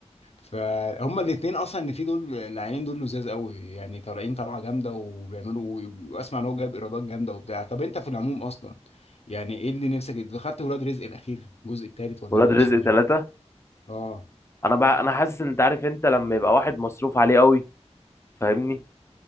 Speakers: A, on the left; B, on the left.
A: فهم الاثنين اصلا اللي فيه دول العينين دول لزاز قوي يعني طالعين طلعه جامده وبيعملوا واسمع ان هو جايب ايرادات جامده وبتاع طب انت في العموم اصلا يعني ايه اللي نفسك دخلت ولاد رزق الاخير الجزء الثالث ولا
B: ولاد
A: مالكش
B: رزق
A: فيه
B: ثلاثة
A: اه
B: انا بقى انا حاسس ان انت عارف انت لما يبقى واحد مصروف عليه قوي فاهمني